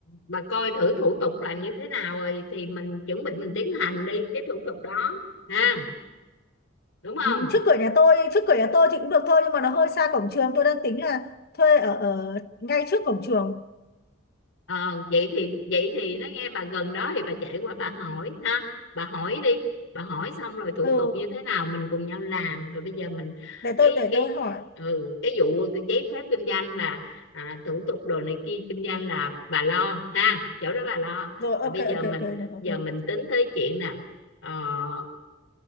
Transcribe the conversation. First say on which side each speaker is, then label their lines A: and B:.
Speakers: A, on the left (about 85°); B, on the left (about 55°).
A: bà coi thử thủ tục làm như thế nào rồi thì mình chuẩn bị mình tiến hành đi cái thủ tục đó ha đúng không
B: ừ, trước cửa nhà tôi trước cửa nhà tôi thì cũng được thôi nhưng mà nó hơi xa cổng trường tôi đang tính là thuê ở, ở ngay trước cổng trường
A: Ờ, vậy thì vậy thì nó nghe bà gần đó thì bà chạy qua bà hỏi ha bà hỏi đi bà hỏi xong rồi thủ
B: ừ
A: tục như thế nào mình cùng nhau làm rồi bây giờ mình
B: để
A: cái
B: tôi để
A: cái
B: tôi hỏi
A: ừ, cái vụ từ giấy phép kinh doanh là à, thủ tục đồ này kia kinh doanh là bà lo ha chỗ đó bà lo
B: Rồi ok
A: và bây
B: ok
A: giờ mình
B: ok được được
A: giờ
B: được.
A: mình tính tới chuyện nè ờ,